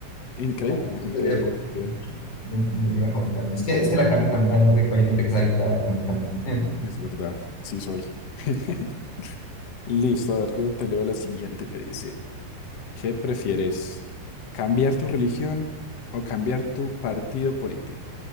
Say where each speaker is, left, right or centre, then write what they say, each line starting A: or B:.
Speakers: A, on the left; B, on the left.
A: Increíble,
B: No,
A: la
B: yo
A: gente
B: estoy de
A: lo prefiere.
B: No, volver a comer carne. Es que, es que la carne también es muy rico, hay gente que se adicta a comer carne. Eh,
A: Es verdad, sí soy. <laughs> Listo, a ver, yo te leo la siguiente que dice, ¿qué prefieres? ¿Cambiar tu religión o cambiar tu partido político?